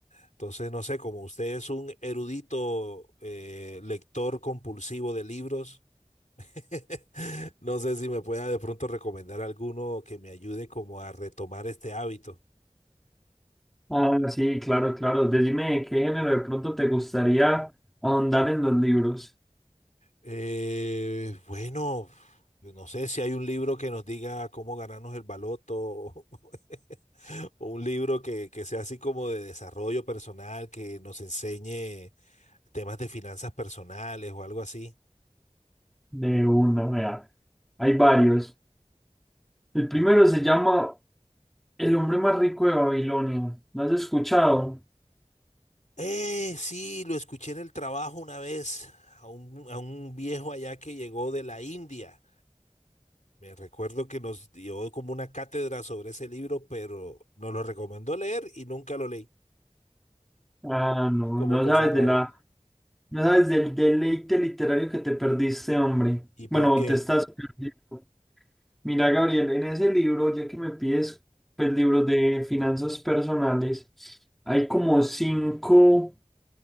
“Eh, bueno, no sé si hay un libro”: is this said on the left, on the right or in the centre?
Left